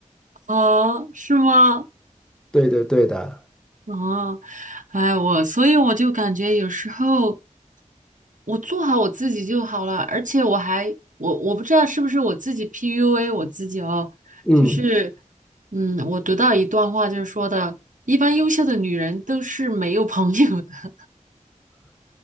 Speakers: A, on the right (about 70°); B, in the centre.
A: 啊，是吗？
B: 对对对的，
A: 啊，哎，我所以我就感觉有时候我做好我自己就好了，而且我还我我不知道是不是我自己 PUA 我自己哦，
B: 嗯
A: 就是嗯，我读到一段话就是说的，一般优秀的女人都是没有朋友的，